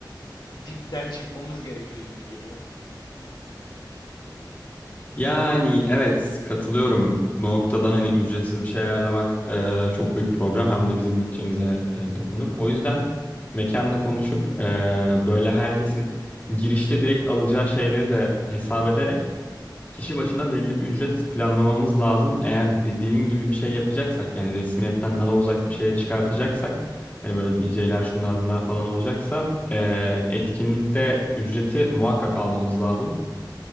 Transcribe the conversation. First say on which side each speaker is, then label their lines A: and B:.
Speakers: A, on the left; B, on the left.
A: dipten çıkmamız gerekiyor gibi geliyor.
B: Yani evet katılıyorum. Bu noktada hani ücretsiz bir şey ayarlamak e, çok büyük problem. Hem de bizim bütçemize e, dokunur. O yüzden mekanla konuşup e, böyle herkesin girişte direkt alacağı şeyleri de hesap ederek Kişi başına belli bir ücret planlamamız lazım. Eğer dediğin gibi bir şey yapacaksak yani resmiyetten daha uzak bir şeye
A: Hı
B: çıkartacaksak
A: hı.
B: hani böyle DJ'ler şunlar bunlar falan olacaksa eee, etkinlikte ücreti muhakkak almamız lazım.